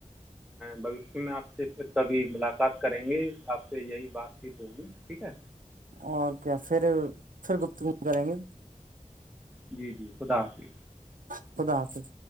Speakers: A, in the centre; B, on the right.
A: بوشیہ میں آپ سے پھر کبھی ملاقات کریں گے آپ سے یہی بات چیت ہوںگی ٹھیک ہے
B: او کیا پھر پھر گپت گ کریں گے
A: جی جی خدا حافظ
B: ہ خدا حافظ